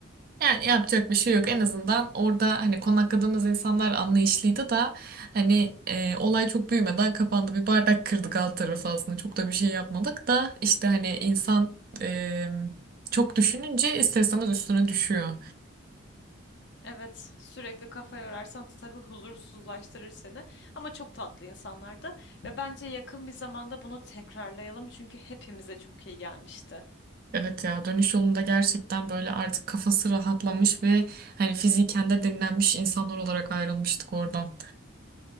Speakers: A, on the right; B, on the left.
A: Yani yapacak bir şey yok. En azından orada hani konakladığımız insanlar anlayışlıydı da hani e, olay çok büyümeden kapandı. Bir bardak kırdık alt tarafı aslında. Çok da bir şey yapmadık da işte hani insan e, çok düşününce ister istemez üstüne düşüyor.
B: Evet, sürekli kafa yorarsan tabii huzursuzlaştırır seni. Ama çok tatlı insanlardı ve bence yakın bir zamanda bunu tekrarlayalım çünkü hepimize çok iyi gelmişti.
A: Evet ya dönüş yolunda gerçekten böyle artık kafası rahatlamış ve hani fiziken de dinlenmiş insanlar olarak ayrılmıştık oradan.